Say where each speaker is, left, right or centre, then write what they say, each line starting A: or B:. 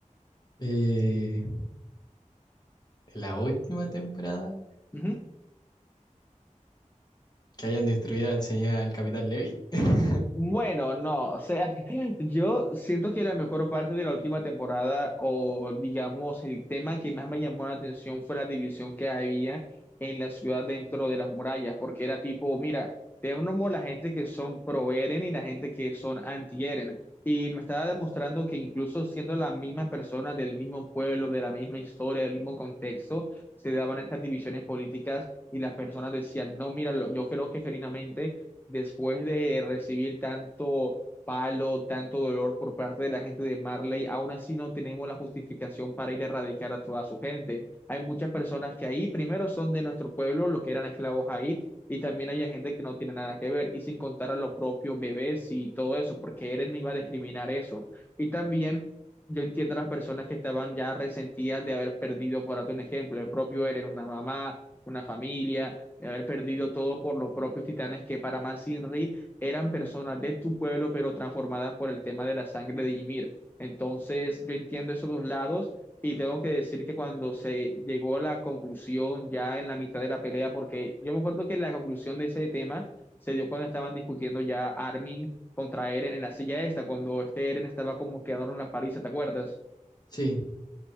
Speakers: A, on the left; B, on the left.
A: Eh, la última temporada,
B: Ujú.
A: que hayan destruido al señor, al Capitán Levy. <laughs>
B: Bueno, no, o sea, <laughs> yo siento que la mejor parte de la última temporada, o digamos, el tema que más me llamó la atención fue la división que había en la ciudad dentro de las murallas, porque era tipo, mira, tenemos la gente que son pro-Eren y la gente que son anti-Eren. Y me estaba demostrando que incluso siendo las mismas personas del mismo pueblo, de la misma historia, del mismo contexto, se daban estas divisiones políticas y las personas decían, no, mira, lo- yo creo que genuinamente después de recibir tanto palo, tanto dolor por parte de la gente de Marley, aún así no tenemos la justificación para ir a erradicar a toda su gente. Hay muchas personas que ahí primero son de nuestro pueblo, los que eran esclavos ahí, y también hay gente que no tiene nada que ver, y sin contar a los propios bebés y todo eso, porque Eren no iba a discriminar eso. Y también... Yo entiendo a las personas que estaban ya resentidas de haber perdido, por darte un ejemplo, el propio Eren, una mamá, una familia, de haber perdido todo por los propios titanes que para más Inri eran personas de tu pueblo, pero transformadas por el tema de la sangre de Ymir. Entonces, yo entiendo esos dos lados y tengo que decir que cuando se llegó a la conclusión ya en la mitad de la pelea, porque yo me acuerdo que la conclusión de ese tema se dio cuando estaban discutiendo ya Armin contra Eren en la silla esta, cuando este Eren estaba como quedaron en la paliza, ¿te acuerdas?
A: Sí,